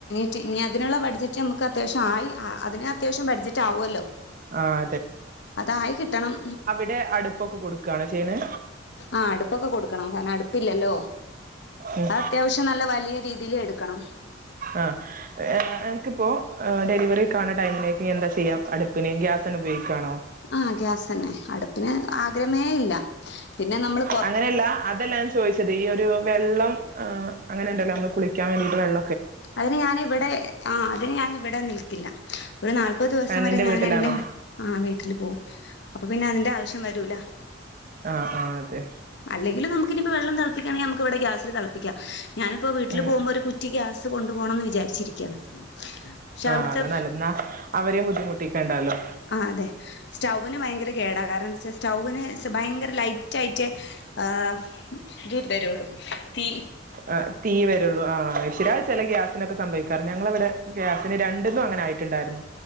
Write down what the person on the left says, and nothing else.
റ്റ് ഇനി അതിനുള്ള ബഡ്ജറ്റ് നമ്മക്ക് അത്യാവശ്യം ആയി ആഹ് അതിന് അത്യാവശ്യം ബഡ്ജറ്റ് ആവുവല്ലോ
അതായി കിട്ടണം
ആഹ് അടുപ്പൊക്കെ കൊടുക്കണം കാരണം അടുപ്പില്ലല്ലോ
അത് അത്യാവശ്യം നല്ല വലിയ രീതിയില് എടുക്കണം
ആഹ് ഗ്യാസന്നെ അടുപ്പിന് ആദ്യമേ ഇല്ല പിന്നെ നമ്മള്
അതിന് ഞാനിവിടെ ആഹ് അതിന് ഞാനിവിടെ നിൽക്കില്ല. ഒരു നാൽപ്പത് ദിവസം
വരെ ഞാൻ
എൻ്റെ വീട്ടിൽ പോവും അപ്പൊ പിന്നെ അതിൻ്റെ ആവിശ്യം വരൂല്ല.
അല്ലെങ്കില് നമുക്കിപ്പോ വെള്ളം തിളപ്പിക്കണെങ്കി നമുക്കിവിടെ ഗ്യാസി തിളപ്പിക്ക ഞാനിപ്പോ വീട്ടില്
പോകുമ്പോ ഒരു കു റ്റി ഗ്യാസ് കൊണ്ടു പോണംന്ന് വിചാരിച്ചിരിക്കയാണ്. പക്ഷെ
അവിടുത്തെ
ആഹ് അതെ. സ്റ്റൗവിന് ഭയങ്കര കേടാ കാരണം എന്താ വെച്ചാ സ്റ്റൗവിന് ഭയങ്കര ലൈറ്റായി, റ്റ് ആഹ് രുള്ളു തി